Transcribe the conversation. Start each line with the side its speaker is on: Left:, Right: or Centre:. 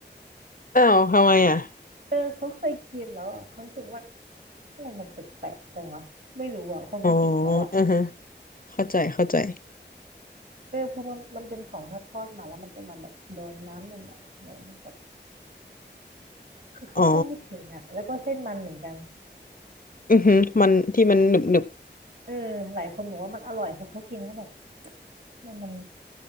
Left: <laughs> อ้าวทำไมอ่ะ
Right: เออเขาเคยกินแล้วอะเขารู้สึกว่าทำไมมันแปลกๆจังวะไม่รู้อ่ะความรู้สึกเขาอ่ะ
Left: อ๋ออือฮะเข้าใจเข้าใจ
Right: เออเพราะมันมันเป็นของถ้าทอดมาแล้วมันจะมาแบบโดนน้ำหน่อยๆอะไรมันแบบคือเขาเข้าไม่ถึงอ่ะแล้วก็เส้นมันเหมือนกัน
Left: อ๋ออือฮึมันที่มันหนึบหนึบ
Right: เออหลายคนบอกว่ามันอร่อยเพราะเขากินเข้าไป เนี่ยมัน